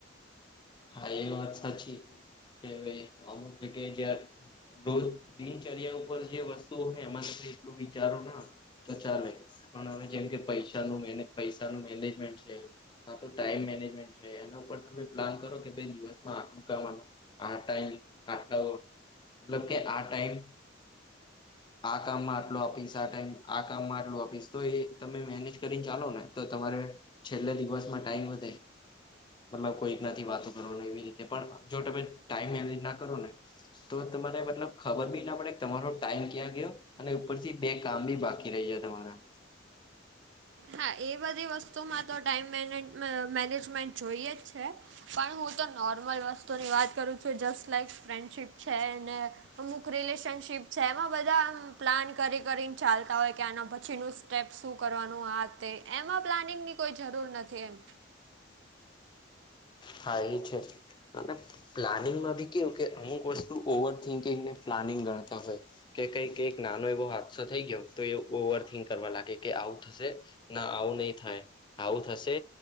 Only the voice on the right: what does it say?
હા એ બધી વસ્તુમાં તો ટાઈમ મેનેજ મેનેજમેન્ટ જોઈએ જ છે પણ હું તો નોર્મલ વસ્તુની વાત કરું છું જસ્ટ લાઈક ફ્રેન્ડશીપ છે અમુક રિલેશનશીપ છે એમાં બધા પ્લાન કરી કરીને ચાલતા હોય કે આના પછીનું સ્ટેપ્ શું કરવાનું આ તે એમાં પ્લાનિંગની કોઈ જરૂર નથી એમ